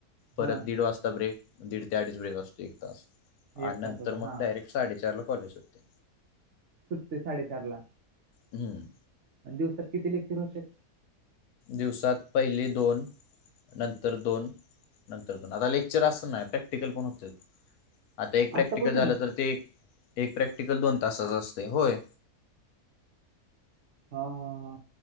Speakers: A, on the left; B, on the right.
A: परत
B: हा
A: दीड वाजता ब्रेक,, दीड ते अडीच ब्रेक असतोय एक तास,,
B: एक
A: आणि
B: तासाचा
A: नंतर मग
B: हा
A: डायरेक्टऽ साडेचार ला कॉलेज सुटतय.
B: सुटतय साडेचार ला.
A: हम्म,
B: आणि दिवसात किती लेक्चर होत्यात?
A: दिवसात पहिले दोन. नंतर दोन, नंतर दोन, आता लेक्चर असं नाय, प्रॅक्टिकल पण होतय. आता एक प्रॅक्टिकल
B: आत्तापासूनच
A: झालं तर, ते एक प्रॅक्टिकल दोन तासाच असतय,,, होय.
B: हा हा, हा,